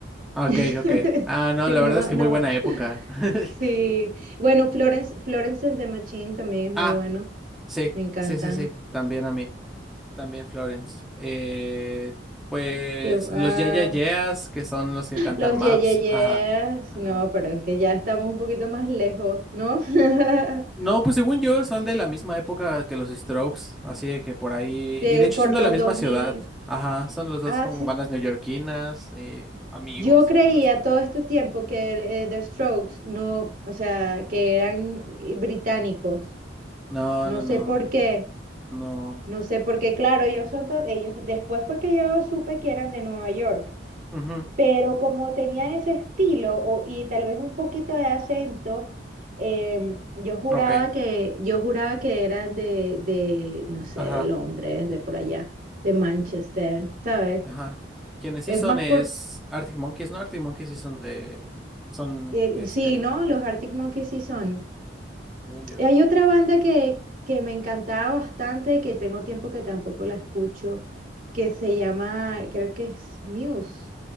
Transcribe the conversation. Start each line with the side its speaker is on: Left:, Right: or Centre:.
Centre: Ok,
Right: <laughs>
Centre: ok. Ah, no,
Right: Sí,
Centre: la
Right: no,
Centre: verdad es que
Right: no.
Centre: muy buena época. <laughs>
Right: Sí. Bueno, Florence, Florence and the Machine también es muy
Centre: Ah,
Right: bueno.
Centre: sí,
Right: Me encantan.
Centre: sí, sí, sí, también a mí. También Florence. Eh, pues
Right: ¿Qué va?
Centre: los Ya Ya Yeahs, que son los que cantan
Right: Los
Centre: Maps.
Right: Ye Ye Yes.
Centre: Ajá. Ajá.
Right: No, pero es que ya estamos un poquito más lejos, ¿no? <laughs>
Centre: No, pues según yo son de la misma época que los Strokes, así de que por ahí.
Right: De,
Centre: Y de hecho
Right: por
Centre: son de
Right: los
Centre: la misma
Right: 2000.
Centre: ciudad. Ajá, son los dos
Right: Ah,
Centre: como
Right: sí.
Centre: bandas neoyorquinas, eh, amigos
Right: Yo creía
Centre: incluso.
Right: todo este tiempo que el, eh, The Strokes no, o sea, que eran eh, británicos.
Centre: No,
Right: No
Centre: no,
Right: sé
Centre: no,
Right: por qué,
Centre: no.
Right: no sé por qué, claro, ellos son to- ellos después fue que yo supe que eran de Nueva York,
Centre: Ujú,
Right: pero como tenían ese estilo o- y tal vez un poquito de acento, em, yo juraba
Centre: Ok,
Right: que yo juraba que eran de de no sé,
Centre: ajá,
Right: de Londres, de por allá, de Manchester, ¿sabes?
Centre: ajá. Quienes sí
Right: Es
Centre: son
Right: más
Centre: es
Right: por
Centre: Arctic Monkeys, ¿no? Arctic Monkeys sí son de, son,
Right: eh,
Centre: este,
Right: sí, ¿no? Los Arctic Monkeys sí son.
Centre: según yo.
Right: Y
Centre: sí.
Right: Hay otra banda que, que me encantaba bastante, y que tengo tiempo que tampoco la escucho, que se llama, creo que es Muse.